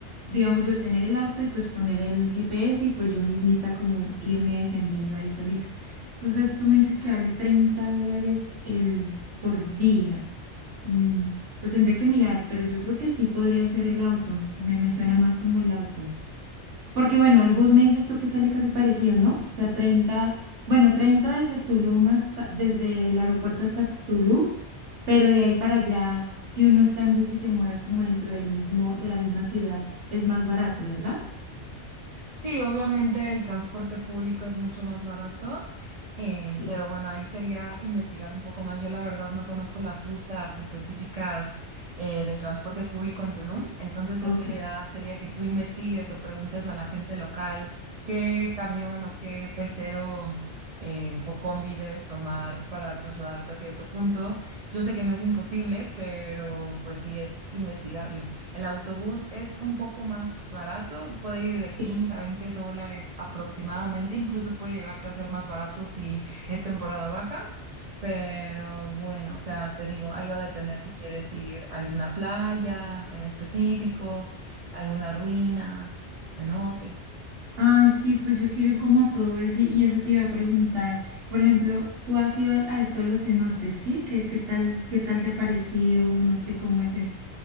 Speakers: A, on the right; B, on the right.
A: digamos, yo tener el auto y pues poner el GPS y pues yo mismita como irme defendiendo ahí solita. Entonces tú me dices que vale 30 dólares el por día. Mm, pues tendría que mirar, pero yo creo que sí podría ser el auto. Me, me suena más como el auto. Porque bueno, el bus me dices tú que sale casi parecido, ¿no? O sea, 30 bueno, 30 desde Tulum hasta, desde el aeropuerto hasta Tulum, pero de ahí para allá, si uno está en bus y se mueve como dentro del mismo, de la misma ciudad, es más barato, ¿verdad?
B: Sí, obviamente el transporte público es mucho más barato, em,
A: Sí,
B: pero bueno, ahí sería investigar un poco más. Yo la verdad no conozco las rutas específicas eh, del transporte público en Tulum, entonces
A: ok.
B: eso ya sería que tú investigues o preguntes a la gente local qué camión o qué pecero em, o combi debes tomar para trasladarte a cierto punto. Yo sé que no es imposible, pero pues sí es investigarle. El autobús es un poco más barato, puede ir de quince
A: Sí.
B: a veinte dólares aproximadamente, incluso puede llegarte a ser más barato si es temporada baja, pero bueno, o sea, te digo, ahí va a depender si quieres ir a alguna playa en específico, alguna ruina, cenote.
A: Ay, sí, pues yo quiero ir como a todo eso y, y eso te iba a preguntar. Por ejemplo, tú has ido a esto de los cenotes, ¿sí? ¿Qué, qué tal, qué tal te ha parecido? No sé cómo es eso.